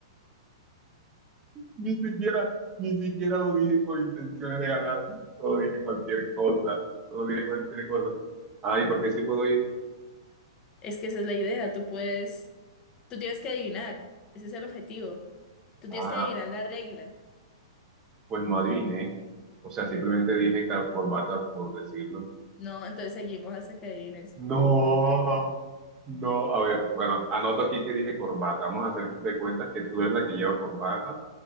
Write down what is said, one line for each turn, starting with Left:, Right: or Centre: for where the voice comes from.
Right: Ni siquiera, ni siquiera lo dije con intenciones de ganar, solo dije cualquier cosa, solo dije cualquier cosa. Ay, ¿por qué sí puedo ir?
Left: Es que esa es la idea. Tú puedes, tú tienes que adivinar. Ese es el objetivo. Tú
Right: Ah,
Left: tienes que adivinar la regla.
Right: pues no adiviné. O sea, simplemente dije ca- corbata por decirlo.
Left: No, entonces seguimos hasta que adivines.
Right: No, no, a ver, bueno, anoto aquí que dije corbata. Vamos a hacer de cuentas que tú eres la que lleva corbata.